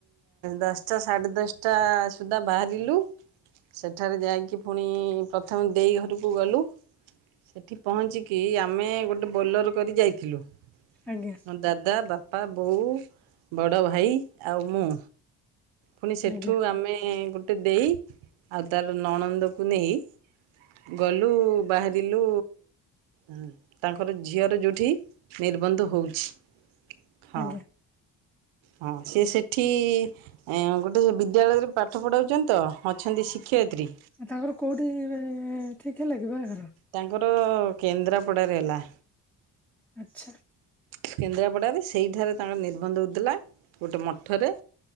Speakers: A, on the right (about 70°); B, in the centre.
A: ଦଶଟା ସାଢ଼େ ଦଶଟା ସୁଦ୍ଧା ବାହାରିଲୁ। ସେଠାରେ ଯାଇକି ପୁଣି ପ୍ରଥମେ ଦେଇ ଘରକୁ ଗଲୁ। ସେଠି ପହଞ୍ଚିକି ଆମେ ଗୋଟେ ବୋଲର କରି ଯାଇଥିଲୁ।
B: ଆଜ୍ଞା।
A: ମୋ ଦାଦା ବାପା ବୋଉ। ବଡ଼ ଭାଇ ଆଉ ମୁଁ। ପୁଣି ସେଠୁ
B: ଆଜ୍ଞା
A: ଆମେ ଗୋଟେ ଦେଇ ଆଉ ତାର ନଣନ୍ଦକୁ ନେଇ ଗଲୁ ବାହାରିଲୁ। ହଁ ତାଙ୍କର ଝିଅର ଯେଉଁଠି ନିର୍ବନ୍ଧ ହେଉଛି। ହଁ
B: ଆଜ୍ଞା।
A: ହଁ ସିଏ ସେଠି ଗୋଟେ ସେ ବିଦ୍ୟାଳୟରେ ପାଠ ପଢ଼ାଉଛନ୍ତି ତ ଅଛନ୍ତି ଶିକ୍ଷୟତ୍ରୀ।
B: ତାଙ୍କର କୋଉଠି ଠିକ ହେଲାକି ବାହାଘର?
A: ତାଙ୍କର କେନ୍ଦ୍ରାପଡ଼ାରେ ହେଲା।
B: ଆଛା।
A: କେନ୍ଦ୍ରାପଡ଼ାରେ ସେଇଠାରେ ତାଙ୍କର ନିର୍ବନ୍ଧ ହେଉଥିଲା ଗୋଟେ ମଠରେ।